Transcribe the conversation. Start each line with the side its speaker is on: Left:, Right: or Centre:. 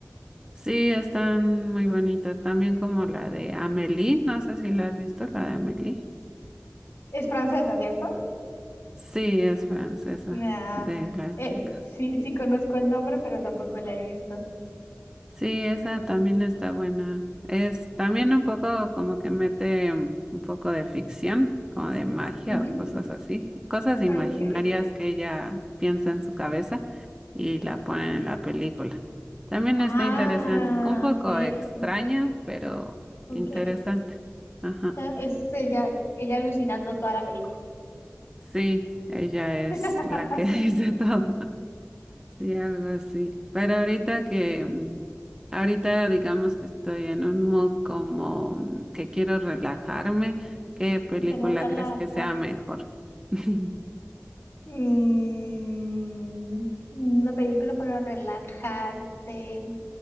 Right: Sí, están muy bonitas. También como la de Amélie, no sé si la has visto, la de Amélie.
Left: Es francesa, ¿cierto?
Right: Sí, es francesa
Left: Nah,
Right: de la
Left: eh,
Right: chica.
Left: sí, sí conozco el nombre, pero tampoco la he visto.
Right: Sí, esa también está buena. Es también un poco como que mete mm, un poco de ficción, como de magia
Left: Ujú,
Right: o cosas así, cosas imaginarias
Left: Ok.
Right: que ella piensa en su cabeza y la ponen en la película. También
Left: Ah,
Right: está interesante, un poco
Left: ok,
Right: extraña, pero interesante.
Left: ok.
Right: Ajá.
Left: O sea, es ella, ella alucinando toda la película.
Right: Sí, ella
Left: <laughs>
Right: es la que <laughs> dice todo. Sí, algo así. Pero ahorita que, mm, ahorita digamos que estoy en un mood como mm, que quiero relajarme, ¿qué película
Left: Sin querer darla.
Right: crees que sea mejor? <laughs>
Left: Mm, una película para relajarte.